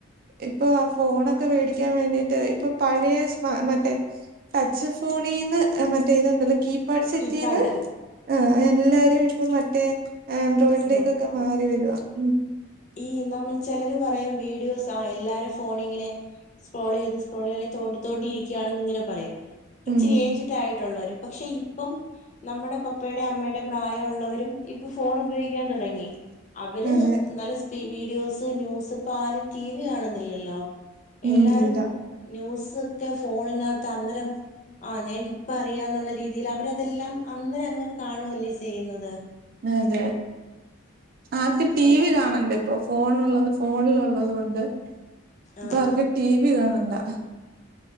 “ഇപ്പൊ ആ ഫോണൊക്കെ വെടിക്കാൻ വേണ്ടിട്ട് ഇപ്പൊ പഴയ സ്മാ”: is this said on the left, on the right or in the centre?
Right